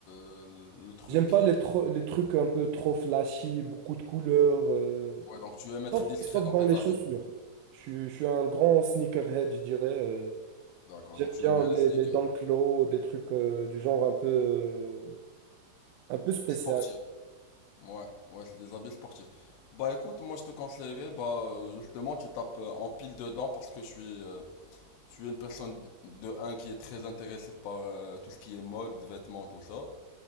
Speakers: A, on the left; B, on the right.
A: le truc
B: J'aime
A: qui,
B: pas les,
A: qui-
B: tro- les trucs un peu trop flashy, beaucoup de couleurs. euh,
A: Ouais, donc tu aimes être
B: Sauf,
A: discret
B: sauf
A: dans
B: dans
A: tes
B: les
A: habits.
B: chaussures. Je, suis je suis un grand sneakerhead, je dirais. euh,
A: D'accord,
B: J'aime
A: donc tu
B: bien
A: aimes bien
B: mes,
A: les sneakers.
B: mes Dunk Low, des trucs euh, du genre un peu, euh, un peu spécial.
A: Sportifs. Ouais, ouais, c'est des habits sportifs. Bah écoute, moi je te conseillerais, bah euh, justement, tu tapes euh, en pile dedans parce que je suis, euh, je suis une personne de un qui est très intéressée par euh, tout ce qui est mode, vêtements, tout ça.